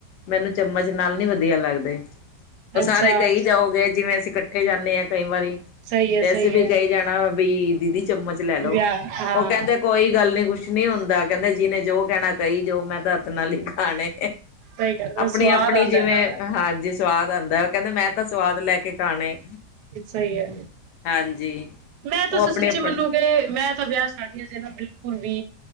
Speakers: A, on the left; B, on the right.
A: ਮੈਨੂੰ ਚਮਚ ਨਾਲ ਨੀ ਵਧੀਆ ਲੱਗਦੇ ਉਹ ਸਾਰੇ
B: ਅੱਛਾ
A: ਕਈ ਜਾਓਗੇ ਜਿਵੇਂ ਅਸੀਂ ਇਕੱਠੇ ਜਾਂਦੇ ਹਾਂ ਕਈ ਵਾਰੀ
B: ਸਹੀ ਹੈ
A: ਤੇ ਅਸੀਂ
B: ਸਹੀ
A: ਵੀ
B: ਹੈ
A: ਕਹੀ ਜਾਣਾ ਵੀ ਦੀਦੀ ਚਮਚ ਲੈ ਲਓ
B: ਵਿਆਹ ਹਾਂ
A: ਉਹ ਕਹਿੰਦੇ ਕੋਈ ਗੱਲ ਨੀ ਕੁਛ ਨੀ ਹੁੰਦਾ ਕਹਿੰਦੇ ਜਿਹਨੇ ਜੋ ਕਹਿਣਾ ਕਹੀ ਜੋ ਮੈਂ ਤਾਂ ਹੱਥ ਨਾਲ ਹੀ ਖਾਣੇ
B: ਸਹੀ ਗੱਲ
A: ਆਪਣੀ
B: ਸਵਾਦ
A: ਆਪਣੀ
B: ਆਉਂਦਾ
A: ਜਿਵੇਂ
B: ਨਾ
A: ਹਾਂ ਜਿਸ ਸਵਾਦ ਆਉਂਦਾ ਉਹ ਕਹਿੰਦੇ ਮੈਂ ਤਾਂ ਸਵਾਦ ਲੈ ਕੇ ਖਾਣੇ
B: ਸਹੀ ਹੈ
A: ਹਾਂਜੀ
B: ਮੈਂ ਤੁਸੀਂ
A: ਉਹ ਆਪਣੇ
B: ਸੱਚੀ
A: ਆਪਣੇ
B: ਮੰਨੋਗੇ ਮੈਂ ਵਿਆਹ ਸਾਦੀਆਂ ਸੀ ਨਾ ਬਿਲਕੁਲ ਵੀ